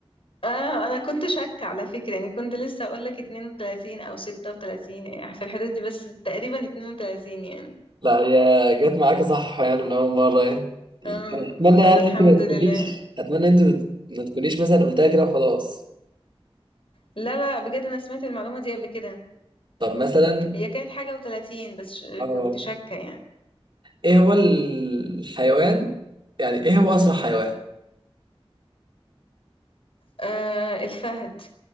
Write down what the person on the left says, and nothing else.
اه انا كنت شاكة على فكرة يعني كنت لسه اقول لك 32 او 36 يعني في الحدود دي بس تقريبا 32 يعني
اه
طب الحمد
لله
لا لا بجد انا سمعت المعلومة دي قبل كده
هي كانت حاجة و30 بس ش-
كنت شاكة يعني
آه الفهد